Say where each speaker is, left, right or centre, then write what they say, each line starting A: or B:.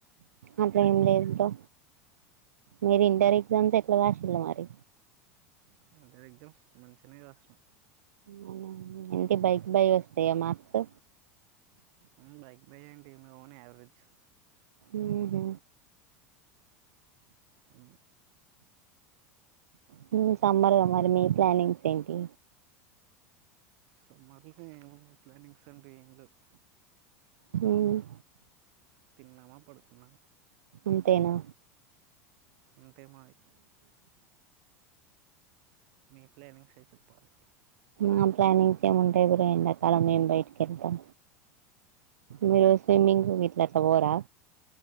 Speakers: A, on the right; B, on the right.
A: అట్లా ఏం లేదు బ్రో మీరు ఇంటర్ ఎగ్జామ్స్ ఎట్లా రాసిల్ల మరి
B: ఇంటర్ ఎగ్జామ్స్ మంచిగనే రాసిన
A: అవునా ఎంత బై కి బై వస్తయా మాార్క్స్
B: ఉమ్మ్ బై కి బై ఏంటి మా ఓన్ యావరేజ్
A: మ్ హు
B: అ
A: హు సమ్మర్గా మరి మీ ప్లానింగ్స్ ఏంటి
B: సమ్మర్ల ఏముంది ప్లానింగ్స్ అంటు ఏం లెవ్
A: హుమ్
B: తిన్నామా పడుకున్నా
A: అంతేనా
B: అంతే మాది మీ ప్లానింగ్సే చెప్పాలి
A: మా ప్లానింగ్స్ ఏముంటయి బ్రో ఎండాకాలం ఏం బయటికెళ్తం మీరు స్విమింగ్ కు గిట్ల ట్లవోరా